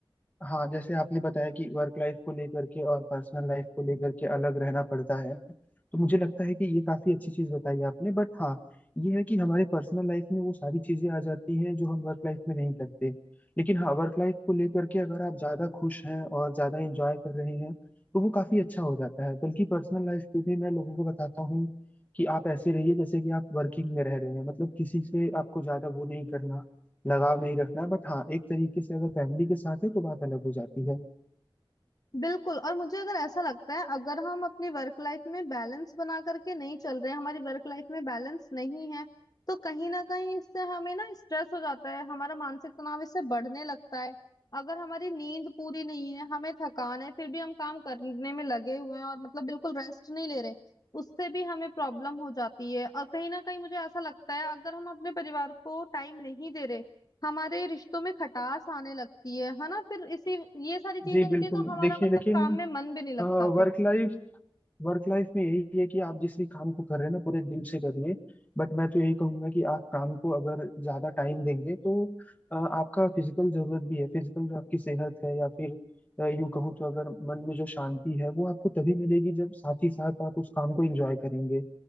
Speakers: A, on the left; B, on the left.
A: हाँ जैसे आपने बताया कि वर्क लाइफ को लेकर के और पर्सनल लाइफ को लेकर के अलग रहना पड़ता है तो मुझे लगता है कि ये काफी अच्छी चीज बताई आपने बट हाँ ये है कि हमारे पर्सनल लाइफ में वो सारी चीजें आ जाती हैं जो हम वर्क लाइफ में नहीं करते लेकिन हाँ वर्क लाइफ को लेकर के अगर आप ज्यादा खुश हैं और ज्यादा इंजॉय कर रहे हैं तो वो काफी अच्छा हो जाता है बल्कि पर्सनल लाइफ पे भी मैं लोगों को बताता हूँ कि आप ऐसे रहिए जैसे कि आप वर्किंग में रह रहे हैं मतलब किसी से आपको ज्यादा वो नहीं करना लगाव नहीं रखना है बट हाँ एक तरीके से अगर फैमिली के साथ है तो बात अलग हो जाती है
B: बिल्कुल और मुझे अगर ऐसा लगता है अगर हम अपनी वर्क लाइफ में बैलेंस बना करके नहीं चल रहे हैं हमारी वर्क लाइफ में बैलेंस नहीं है तो कहीं ना कहीं इससे हमें ना स्ट्रेस हो जाता है हमारा मानसिक तनाव इससे बढ़ने लगता है अगर हमारी नींद पूरी नहीं है हमें थकान है फिर भी हम काम करने में लगे हुए हैं और मतलब बिल्कुल रेस्ट नहीं ले रहे उससे भी हमें प्रॉब्लम हो जाती है और कहीं ना कहीं मुझे ऐसा लगता है अगर हम अपने परिवार को टाइम नहीं दे रहे हमारे रिश्तों में खटास आने लगती है है ना फिर इसी ये सारी चीजें
A: जी
B: होती
A: बिल्कुल
B: है तो हमारा
A: देखिए
B: मतलब
A: लेकिन
B: काम में मन भी नहीं लगता फिर
A: वर्क लाइफ वर्क लाइफ में यही है कि आप जिस भी काम को कर रहे हैं ना पूरे दिल से करिए बट मैं तो यही कहूंगा कि आप काम को अगर ज्यादा टाइम देंगे तो अ, आपका फिजिकल जरूरत भी है फिजिकल जो आपकी सेहत है या फिर अ, यूं कहूँ तो अगर मन में जो शांति है वो आपको तभी मिलेगी जब साथ ही साथ आप उस काम को एंजॉय करेंगे